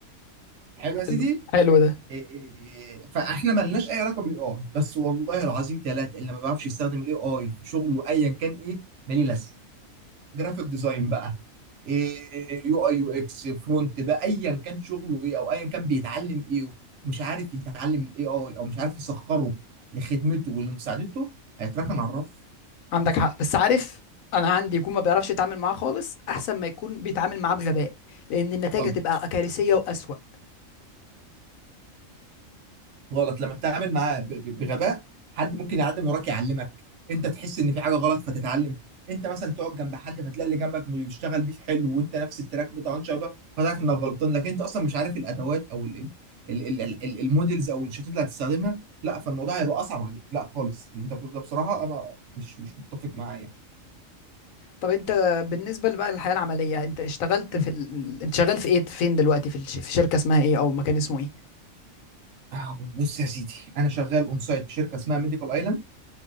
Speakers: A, on the right; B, on the left.
A: حلو يا سيدي
B: حلو حلو ده
A: إيه إيه إيه، فاحنا ملناش اي علاقه بالاي اي بس والله العظيم ثلاثه اللي ما بيعرفش يستخدم الاي اي في شغله ايا كان ايه مالي لازمه جرافيك ديزاين بقى إيه يو اي يو اكس فرونت بقى ايا كان شغله ايه او ايا كان بيتعلم ايه ومش عارف يتعلم الاي اي او مش عارف يسخره لخدمته ولمساعدته هيتركن على الرف
B: عندك حق بس عارف انا عندي يكون ما بيعرفش يتعامل معاه خالص احسن ما يكون بيتعامل معاه بغباء لان النتائج
A: <laughs>
B: هتبقى كارثيه واسوأ
A: غلط لما بتتعامل معاه ب- ب- بغباء حد ممكن يعدي من وراك يعلمك انت تحس ان في حاجه غلط فتتعلم انت مثلا تقعد جنب حد فتلاقي اللي جنبك بيشتغل بيه حلو وانت نفس التراك بتاعه ان شاء الله فتعرف انك غلطان لكن انت اصلا مش عارف الادوات او ال- ال- ال- ال- ال- المودلز او الشتات اللي هتستخدمها لا فالموضوع هيبقى اصعب عليك لا خالص اللي انت بتقوله ده بصراحه انا مش مش متفق معاه يعني
B: طب انت بالنسبه بقى للحياه العمليه انت اشتغلت
A: مم.
B: في ال... انت شغال في ايه فين دلوقتي في, الش... في شركه اسمها ايه او مكان اسمه ايه
A: آه، بص يا سيدي انا شغال اون سايت في شركه اسمها ميديكال ايلاند